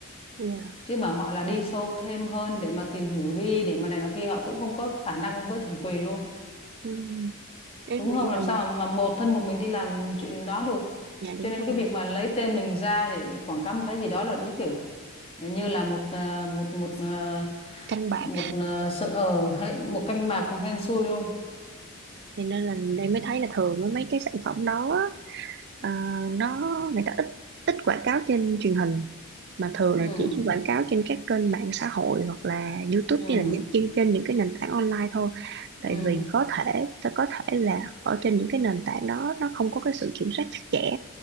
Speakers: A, on the right; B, on the left.
A: dạ
B: chứ bảo họ là đi sâu thêm hơn để mà tìm hiểu đi để mà này nó kia họ cũng không có khả năng với thẩm quyền luôn
A: Ừm, em
B: đúng không
A: nghĩ
B: làm
A: là
B: sao mà, mà một thân một mình đi làm chuyện đó được
A: dạ đúng
B: cho nên
A: rồi
B: cái việc mà lấy tên mình ra để quảng cáo một cái gì đó là đúng kiểu như là một ờ, một một ờ,
A: canh bạc
B: một ờ, sự ở hệ một canh mạc hên xui luôn
A: thì nên là em mới thấy là thường á, mấy cái sản phẩm đó á, Ờ, nó người ta ít ít quảng cáo trên truyền hình mà thường
B: ừ
A: là chỉ chỉ quảng cáo trên các kênh mạng xã hội hoặc là YouTube
B: ừ
A: hay là những trên, trên những cái nền tảng online thôi tại
B: ừ
A: vì có thể sẽ có thể là ở trên những cái nền tảng đó nó không có cái sự kiểm soát chặt chẽ